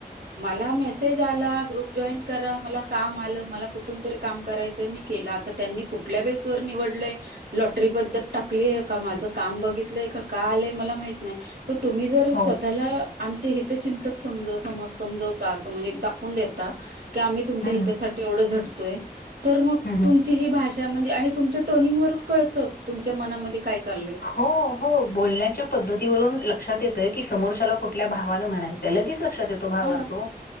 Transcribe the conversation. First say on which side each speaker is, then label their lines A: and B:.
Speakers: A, on the right; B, on the left.
A: मला मेसेज आला ग्रुप जॉईन करा मला काम आलं मला कुठून तरी काम करायचंय मी केलं आता त्यांनी कुठल्या बेसेसवर निवडलंय लॉटरी पद्धत टाकलीय का माझं काम बघितलंय का का आलंय मला माहित नाही मग तुम्ही जरी
B: हो
A: स्वतःला आमचे हे तर चिंतक समज समज समजवता असं म्हणजे एक दाखवून देता की आम्ही तुमच्या
B: हं
A: हितासाठी
B: हं
A: थोड झटतय तर मग
B: हं हं
A: तुमची ही भाषा <inaudible> आणि तुमच्या टोनिंग वरून कळतं तुमच्या मनामध्ये काय चाललंय
B: हो हो बोलण्याच्या पद्धतीवरून लक्षात येतय की समोरच्याला कुठ. कुठल्या भावा न मनायचे लगेच लक्षात येतो भावार्थ
A: ह
B: तो